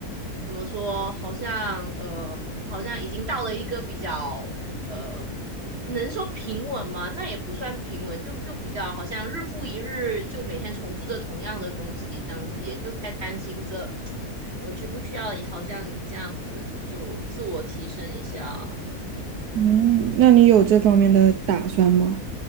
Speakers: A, on the right; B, on the right.
A: 怎么说，好像呃，好像已经到了一个比较呃能说平稳吗？那也不算平稳，就就比较好像日复一日，就每天重复着同样的东西，这样子，也就在担心着我需不需要，也好像你这样子就自我提升一下。
B: 嗯，那你有这方面的打算吗？